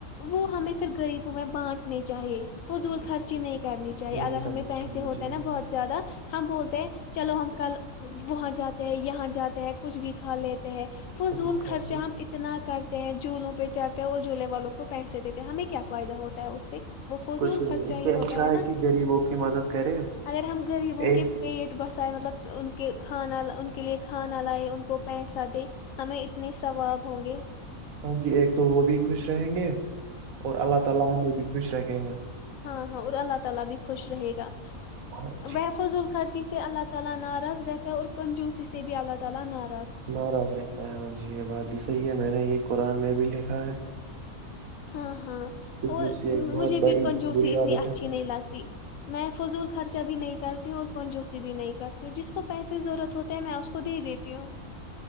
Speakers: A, on the left; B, on the right.
A: وہ ہمیں پھر غریبوں میں بانٹنے چاہیے فضول خرچ جی نہیں کرنی چاہیے
B: نہیں
A: اگر
B: کرنی
A: ہمیں پیسے
B: چاہیے
A: ہوتے
B: جی
A: ہیں نا
B: ہاں
A: بہت زیادہ ہم بولتے ہیں چلو ہم کل وہاں جاتے ہیں یہاں جاتے ہیں کچھ بھی کھا لی ہیں وہ
B: فضول
A: جول
B: خرچ
A: خرچہ ہم اتنا کرتے ہیں جولوں پہ چڑتے ہیں اور جولے پ والوں کو پیسے دیتے ہیں ہمیں کیا فائدہ ہوتا ہے اس سے وہ فضول
B: کچھ نہیں
A: خ
B: اس
A: ہوتا
B: سے اچھا
A: ہے نا
B: کہ غریبوں کی مدد کرے
A: اگر ہم گغریبوں
B: ایک
A: کے پیٹ بسائے مطلب ان کے کھان آ ان کے لیے کھانا لائے ان کو پیسہ د ہمیں اتنے ثواب ہوں گے
B: ہاں جی ایک تو وہ بھی خوش رہیں گے اور اللہ تعا لا نے بھی خوش رکھ <unintelligible>
A: ہاں ہاں اور اللہ تعا لا بھی خوش رہے گا
B: ہاں جی
A: وہحفض ال خرچی سے اللہ تعا لا ناراض رہتا ہے اور کنجوسی سے بھی اللہ تعالی نہ
B: ناراض رہتا ہے من جی یہ بات بھی صحی ہے میں نے یہ قرآن میں بھی لکھا ہے
A: ہاں ہاں
B: کنجوسی
A: اور
B: ایک بہت
A: مجھے
B: بڑی
A: بھی کنجوسی
B: بری
A: اتنی
B: عادت
A: اچھی نہیں لگتی میں فضول خرچہ بھی نہیں کرتی ہوں اور کونجوسی بھی نہیں کرتی ہوں جس کو پیسے ضرورت ہوتے ہیں میں اس کو دے دیتی ہوں